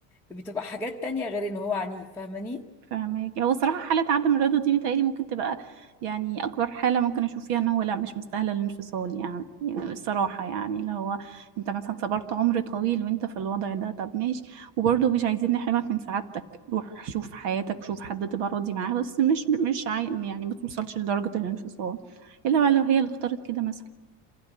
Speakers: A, in the centre; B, on the right.
A: بتبقى حاجات تانية غير ان هو عنيف فاهماني
B: فاهمك هو صراحة حالة عدم الرضا دي متهيألي ممكن تبقى يعني أكبر حالة ممكن أشوف فيها إن هو لا مش مستاهلة الانفصال يعني يعني الصراحة يعني اللي هو أنت مثلا صبرت عمر طويل وأنت في الوضع ده طب ماشي وبرضه مش عايزين نحرمك من سعادتك روح شوف حياتك شوف حد تبقى راضي معاه بس مش مش عاي... يعني ما توصلش لدرجة الانفصال إلا بقى لو هي اللي اختارت كده مثلا